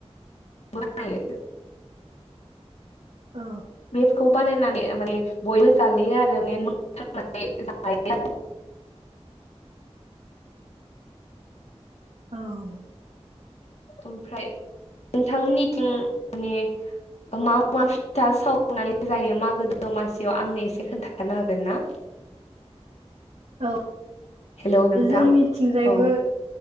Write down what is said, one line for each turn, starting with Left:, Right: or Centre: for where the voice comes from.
Left: <unintelligible>
Right: अ
Left: बेफोरखौ बानायनानै माने बयबो जालोयो आरो माने ननानै जायो आरो <inaudible>
Right: औ
Left: ओमफ्राय नोंथांनिथिं माने मा मा फिथा सावनानै जायो मागो दमासियाव आंनो एसे खोन्थानो हागोन ना <inaudible>
Right: औ
Left: हेलौ नोंथां
Right: जोंनिथिंजायबो
Left: औ